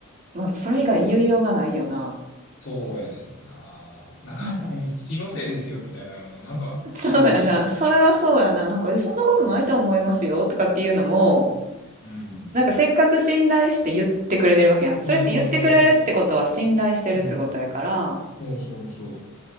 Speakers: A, on the right; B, on the left.
A: まあそれ以外言いようがないよな。
B: う。とか。そうやねんな。なんか、
A: なんか、
B: うん気のせいですよ、みたいなのも、なんか、
A: <laughs>
B: 突き放してるみたいだし。
A: そうやな。それはそうやな。なんか、え、そんなことないと思いますよ、
B: うん。
A: とかっていうのも、
B: うん
A: なんかせっかく信頼して言ってくれてるわけやん。
B: そうそうそうそうそう。
A: それって言ってくれるってことは信頼してるってことやから、
B: うん。そうそうそ